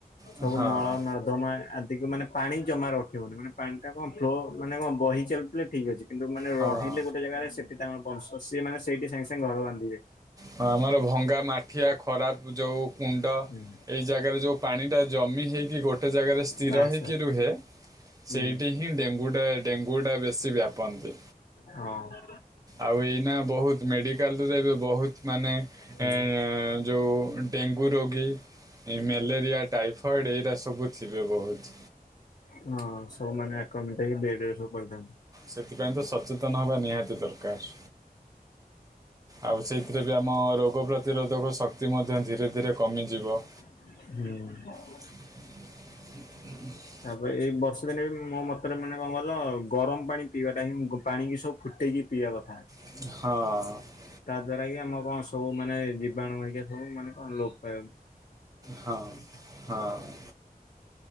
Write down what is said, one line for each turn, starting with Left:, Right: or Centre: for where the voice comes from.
Left: ସବୁ
Right: ହଁ
Left: ନଳ ନା ଦମା ଆଦିକି ମାନେ ପାଣି ଜମା ରଖିବନି। ମାନେ ପାଣିଟା କଣ ଫ୍ଲୋ ମାନେ କଣ ବହି ଚାଲୁ ଥିଲେ ଠିକ୍ ଅଛି। କିନ୍ତୁ ମାନେ
Right: ହଁ
Left: ରହିଲେ ଗୋଟେ ଜାଗାରେ ସେଠି ତାଙ୍କର ବଂଶ। ସିଏ ମାନେ ସେଇଠି ସାଙ୍ଗେ ସାଙ୍ଗେ ଘର ବାନ୍ଧିବେ।
Right: ହଁ ଆମର ଭଙ୍ଗା ମାଠିଆ ଖରାପ ଯୋଉ କୁଣ୍ଡ
Left: ହୁଁ
Right: ଏଇ ଜାଗାରେ ଯଉ ପାଣିଟା ଜମି ହେଇକି ଗୋଟେ ଜାଗାରେ ସ୍ଥିର
Left: ବାସ୍
Right: ହେଇକି ରୁହେ
Left: ହୁଁ
Right: ସେଇଠି ହିଁ ଡେଙ୍ଗୁ ଟା ଡେଙ୍ଗୁ ଟା ବ ସି ବ୍ୟାପନ୍ତି
Left: ହଁ
Right: ଆଉ ଏଇନା ବହୁତ ମେଡିକାଲ ରେ ଏବେ ବହୁତ ମାନେ
Left: ହୁଁ।
Right: ଏଁ ଏଁ ଯୋଉ ଡେଙ୍ଗୁ ରୋଗୀ ମ୍ୟାଲେରିଆ ଟାଇଫଏଡ଼୍ ଏଇରା ସବୁ ଥିବେ ବହୁତ।
Left: ହଁ ସବୁମାନେ ଆକ୍ରମିତ ହେଇ। ବେଡ୍‌ ରେ ପଡିଥାନ୍ତି।
Right: ସେଥିପାଇଁ ତ ସଚେତନ ହବା ନିହାତି ଦରକାର। ଆଉ ସେଇଥିରେ ବି ଆମ ରୋଗ ପ୍ରତିରୋଧକ ଶକ୍ତି ମଧ୍ୟ ଧୀରେ ଧୀରେ କମିଯିବ।
Left: ହୁଁ।
Right: ହ <unintelligible>
Left: ତାପରେ ଏଇ ବର୍ଷ ଦିନେ ବି ମୋ ମତରେ ମାନେ କଣ କଲ ଗରମ ପାଣି ପିଇବା ଟା ହିଁ ପାଣି କିି ସବୁ ଫୁଟେଇକି ପିଇବା କଥା।
Right: ହଁ।
Left: ତା ଦ୍ଵାରା କି ଆମର କଣ ସବୁ ମାନେ ଜୀବାଣୁ ହେରିକା ସବୁ ମାନେ କଣ ଲୋପ ପାଇବ
Right: ହଁ ହଁ।